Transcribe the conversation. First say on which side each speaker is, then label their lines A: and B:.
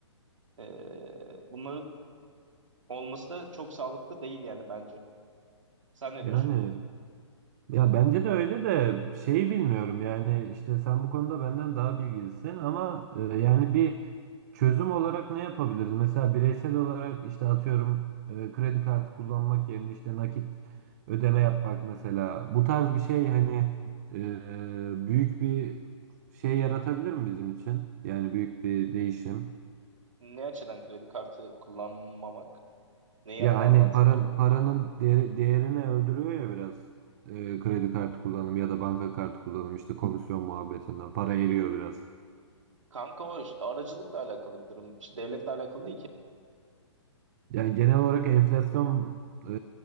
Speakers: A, on the right; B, on the right.
A: E, bunların olması da çok sağlıklı değil yani bence. Sen ne
B: Yani
A: diyorsun?
B: ya bence de öyle de şeyi bilmiyorum yani işte sen bu konuda benden daha bilgilisin ama e, yani bir Çözüm olarak ne yapabiliriz? Mesela bireysel olarak işte atıyorum e, kredi kartı kullanmak yerine işte nakit ödeme yapmak mesela. Bu tarz bir şey hani e, büyük bir şey yaratabilir mi bizim için? Yani büyük bir değişim.
A: Ne açıdan kredi kartı kullanmamak neyi
B: Ya
A: azaltır
B: hani para,
A: ki?
B: paranın değeri- değerini öldürüyor ya biraz e, kredi kartı kullanımı ya da banka kartı kullanımı işte komisyon muhabbetinden para eriyor biraz.
A: Kanka o iş- aracılıkla alakalı bir durum. İşte devletle alakalı değil ki.
B: Yani genel olarak enflasyon e,